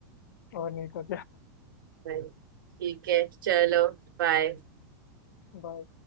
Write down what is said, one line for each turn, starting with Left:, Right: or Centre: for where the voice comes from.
Left: और नहीं तो
Right: ठीक है चलो बाय
Left: क्या